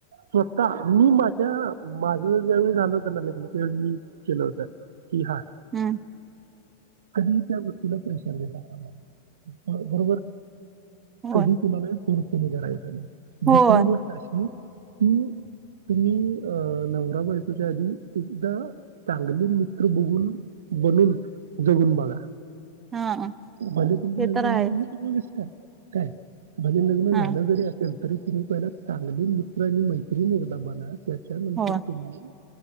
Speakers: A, on the right; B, on the right.
A: स्वतः मी माझ्या माझ झाल होत ना लग्न मी केलं होतं की हा
B: हु
A: कधीही त्या गोष्टीला प्रेशर दिला कामाला बरोबर?
B: होय
A: कधी कुणालाही फोर्स कधी करायचं नाय,
B: होय
A: दुसरी गोष्ट अशी ह तुम्ही अ नवरा बाय त्याच्या आधी एकदा चांगले मित्र बघून बनून जगून बघा.
B: हा
A: भले तुमचे
B: ते
A: लग्न
B: तर आहेच
A: झालेले कि विस काय भले लग्न
B: हा
A: झालं जरी असेल तरी तुम्ही पहिला चांगले मित्र आणि मैत्रीण एकदा बना. त्याच्यानंतर
B: होय
A: तुम्ही